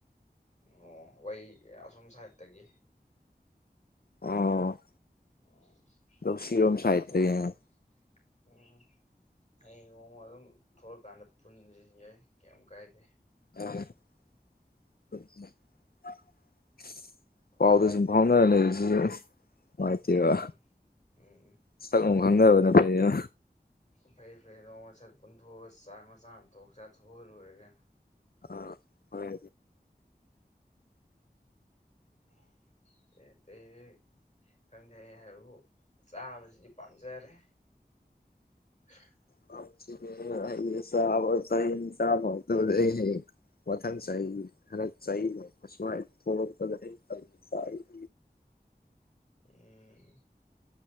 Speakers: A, on the left; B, on the left.
A: ꯑꯣ ꯋꯩ ꯑꯁꯣꯝ ꯁꯥꯏꯠꯇꯒꯤ
B: ꯑꯣ
A: ꯎꯝ
B: ꯑꯗꯣ ꯁꯤꯔꯣꯝ
A: ꯑꯦ
B: ꯁꯥꯏꯠꯇꯒꯤ
A: ꯍꯌꯦꯡ ꯎꯝ ꯍꯌꯦꯡ ꯅꯣꯡꯃ ꯑꯗꯨꯝ ꯊꯣꯛꯂꯀꯥꯟꯗ ꯄꯨꯟꯖꯤ ꯌꯥꯏ ꯀꯌꯤꯝ ꯀꯥꯏꯗꯦ꯫
B: <inaudible> ꯄꯥꯎꯗꯤ
A: ꯅꯍꯥꯟꯗꯤ
B: ꯁꯨꯝ ꯐꯥꯎꯅꯥ ꯂꯩꯔꯁꯤ ꯅꯨꯡꯉꯥꯏꯇꯦꯕ
A: ꯎꯝ ꯎꯝ
B: ꯁꯛꯅꯨꯡ ꯈꯪꯅꯕꯅ ꯐꯩꯕ
A: ꯐꯩꯌꯦ ꯐꯩꯌꯦ ꯅꯣꯡꯃ ꯁꯠ ꯄꯨꯟꯊꯣꯛꯑꯒ ꯆꯥꯛ ꯃꯆꯥ ꯑꯃ ꯊꯣꯛ ꯆꯥꯊꯣꯛꯑꯒ ꯂꯣꯏꯔꯦ ꯀꯩꯅꯣ꯫
B: ꯑ ꯍꯣꯏ
A: <inaudible> ꯑꯇꯩ ꯑꯇꯩꯗꯤ ꯈꯪꯗꯦꯍꯦ ꯍꯥꯏꯕꯨ ꯆꯥꯕꯁꯤꯗꯤ ꯄꯥꯝꯖꯔꯦ꯫ <inaudible>
B: <unintelligible> ꯑꯩ ꯍꯌꯦꯡ ꯃꯊꯪ ꯆꯍꯤꯗꯤ ꯈꯔ ꯆꯌꯦꯠꯅꯩꯕ ꯁ꯭ꯋꯥꯏ ꯊꯣꯛꯂꯛꯄꯗ ꯑꯩ <unintelligible>
A: ꯎꯝ